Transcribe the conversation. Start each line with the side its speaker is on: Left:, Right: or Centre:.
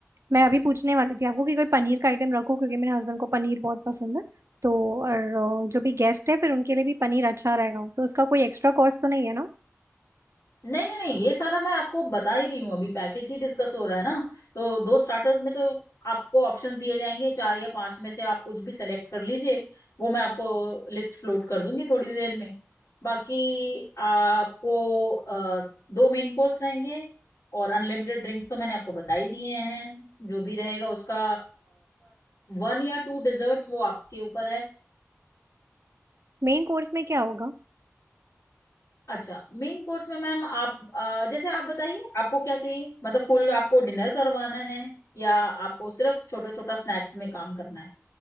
Right: मैं अभी पूछने वाली थी आपको कि कोई पनीर का आइटम रखो क्योंकि मेरे हस्बैंड को पनीर बहुत पसंद है तो और अ, जो भी गेस्ट है फिर उनके लिए भी पनीर अच्छा रहेगा तो उसका कोई एक्स्ट्रा कॉस्ट तो नहीं है ना
Left: नहीं नहीं नहीं ये सारा मैं आपको बता ही रही हूँ अभी पैकेज ही डिस्कस हो रहा है ना तो दो स्टार्टर्स में तो आपको ऑप्शंस दिए जाएंगे चार या पांच में से आप कुछ भी सेलेक्ट कर लीजिए वो मैं आपको लिस्ट फ्लोट कर दूंगी थोड़ी देर में बाकी आपको अ, दो मेन कोर्स रहेंगे और अनलिमिटेड ड्रिंक्स तो मैंने आपको बता ही दिए हैं जो भी रहेगा उसका वन या टू डिजर्ट्स वो आपके ऊपर है
Right: मेन कोर्स में क्या होगा
Left: अच्छा मेन कोर्स में मैम आप अ, जैसे आप बताइए आपको क्या चाहिए मतलब फुल आपको डिनर करवाना है या आपको सिर्फ छोटा छोटा स्नैक्स में काम करना है